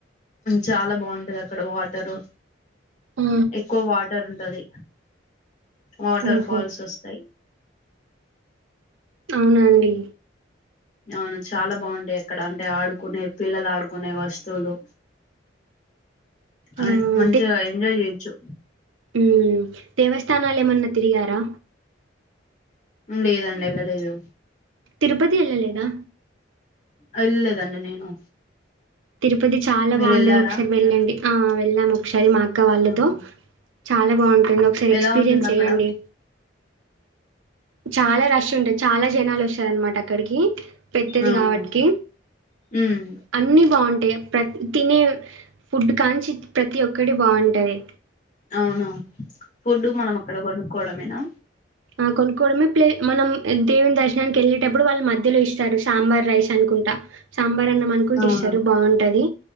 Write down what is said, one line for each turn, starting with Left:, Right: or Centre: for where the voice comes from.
Left: చాలా బాగుంటది అక్కడ వాటరు
Right: ఆ!
Left: ఎక్కువ వాటర్ ఉంట సది వాటర్
Right: ఓహో!
Left: ఫాల్స్ వస్తాయి
Right: అవునా అండి.
Left: అవును చాలా బాగుంటాయి అక్కడ అంటే ఆడుకునే పిల్లలు ఆడుకునే వస్తువులు అ
Right: ఆహ్,
Left: మంచిగా ఎంజాయ్ చేయచ్చు
Right: ఉ దేవస్థానాలు ఏమన్నా తిరిగారా
Left: లేదండి ఎల లేదు
Right: తిరుపతి వెళ్ళలేదా
Left: వేలేదండి నేను
Right: తిరుపతి చాలా
Left: మీరు
Right: బాగుంటది
Left: వెళ్ళారా
Right: ఒకసారి వెళ్ళండి ఆ వెళదాం ఒకస్ నేను మా అక్క వాళ్ళతో
Left: అవునా
Right: చాలా బాగుంటుంది ఒకసారి
Left: ఎలా
Right: ఎక్స్పీరియన్స్
Left: ఉంటుంది
Right: చేయండి
Left: అక్కడ
Right: చాలా రష్ ఉంటది చాలా జనాలు వస్తారనమాట అక్కడికి పెద్దది
Left: అవును
Right: కాబటికీ
Left: ఉమ్
Right: అన్ని బాగుంటాయి ప్ర తినే ఫుడ్ కాంచి ప్రతి ఒక్కడి బాగుంటది
Left: అవును ఫుడ్ మనం అక్కడ కొనుక్కోవడమేనా
Right: ఆ కొనుక్కవడమే పలే మనం దేవుని దర్శనానికి వెళ్ళేటప్పుడు వాళ్ళు మధ్యలో ఇస్తారు సాంబార్ రైస్ అనుకుంటా సాంబార్ అన్నాం అనుకుంటే
Left: అవునా
Right: ఇస్తారు బాగుంటది